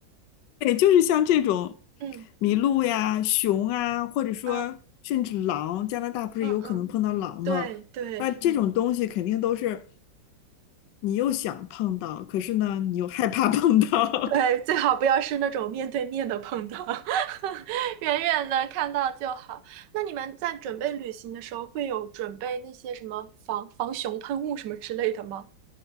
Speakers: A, on the left (about 75°); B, on the right (about 70°).
A: 对，就是像这种
B: 嗯
A: 麋鹿呀、熊啊，或者说甚至狼，
B: 嗯
A: 加拿大不是有可能碰到狼吗？
B: 嗯嗯，对对。
A: 那这种东西肯定都是你又想碰到，可是呢，你又害怕碰到。
B: <laughs> 对，最好不要是那种面对面的碰到，<laughs> 远远的看到就好。那你们在准备旅行的时候，会有准备那些什么防防熊喷雾什么之类的吗？